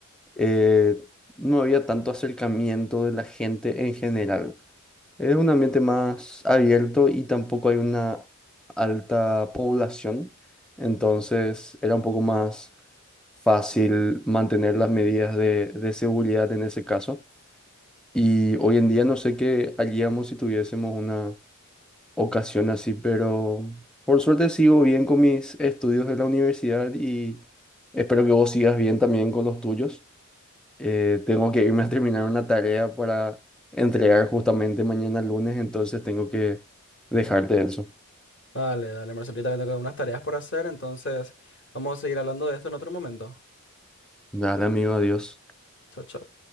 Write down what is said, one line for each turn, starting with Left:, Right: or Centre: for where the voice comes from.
Centre: eh, no había tanto acercamiento de la gente en general. Es un ambiente más abierto y tampoco hay una alta población, entonces era un poco más fácil mantener las medidas de, de seguridad en ese caso. Y hoy en día no sé qué haríamos si tuviésemos una ocasión así, pero por suerte sigo bien con mis estudios de la universidad y espero que vos sigas bien también con los tuyos eh, tengo que irme a terminar una tarea para entregar justamente mañana lunes, entonces tengo que dejarte eso.
Left: Dale, dale, Marcelita, también tengo unas tareas por hacer, entonces vamos a seguir hablando de esto en otro momento.
Centre: Dale, amigo, adiós.
Left: Chau, chau.